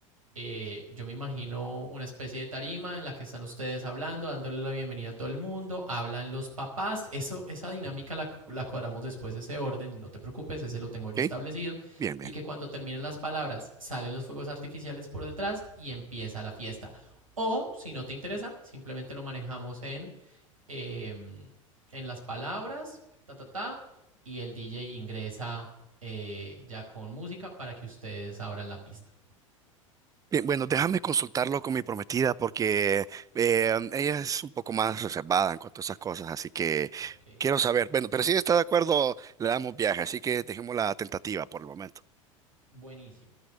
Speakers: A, on the right; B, on the right.
A: eh, yo me imagino una especie de tarima en la que están ustedes hablando, dándole la bienvenida a todo el mundo, hablan los papás, eso, esa dinámica la, la cuadramos después, ese orden, no te preocupes, ese lo tengo yo
B: ¿ok?
A: establecido,
B: Bien, bien.
A: y que cuando terminen las palabras salen los fuegos artificiales por detrás y empieza la fiesta. O si no te interesa, simplemente lo manejamos en, eh, en las palabras, ta, ta, ta, y el DJ ingresa eh, ya con música para que ustedes abran la pista.
B: Bien, bueno, déjame consultarlo con mi prometida porque eh, ella es un poco más reservada en cuanto a esas cosas, así que
A: Ok.
B: quiero saber. Bueno, pero si ella está de acuerdo, le damos viaje, así que dejemos la tentativa por el momento.
A: Buenísimo.